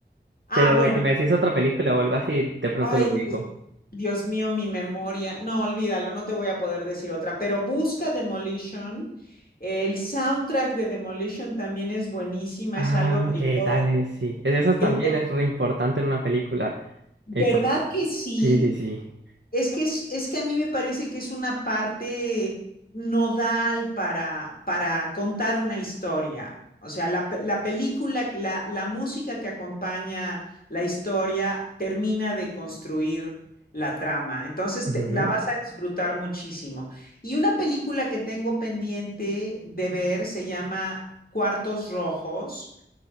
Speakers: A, on the left; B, on the right.
A: Ah,
B: Pero
A: bueno.
B: si me decís otra película o algo así, de pronto
A: Ay,
B: lo
A: Dios
B: ubico.
A: Dios mío, mi memoria. No, olvídalo, no te voy a poder decir otra, pero busca Demolition. El soundtrack de Demolition también es buenísima,
B: Ah,
A: es algo
B: ok,
A: que yo,
B: dale, sí. es Eso
A: que-
B: también es re importante en una película.
A: ¿verdad
B: Epa.
A: que sí?
B: Sí, sí, sí.
A: Es que, es, es que a mí me parece que es una parte nodal para, para contar una historia. O sea, la, pe- la película, la, la música que acompaña la historia termina de construir la trama. Entonces,
B: Ujú,
A: te- la vas a disfrutar muchísimo. Y una película que tengo pendiente de ver se llama Cuartos Rojos